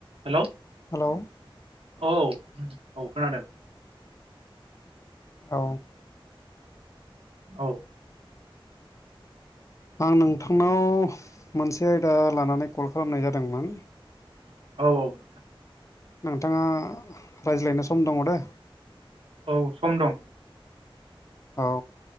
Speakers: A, on the right; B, on the left.
A: हेलौ
B: हेलौ
A: औ औ खोनादों।
B: औ
A: औ
B: आं नोंथांनाव मोनसे आयदा लानानै कल खालामनाय जादोंमोन।
A: औ औ नोंथां
B: नोंथाङा रायज्लायनो सम दङ दे
A: औ सम दं।
B: औ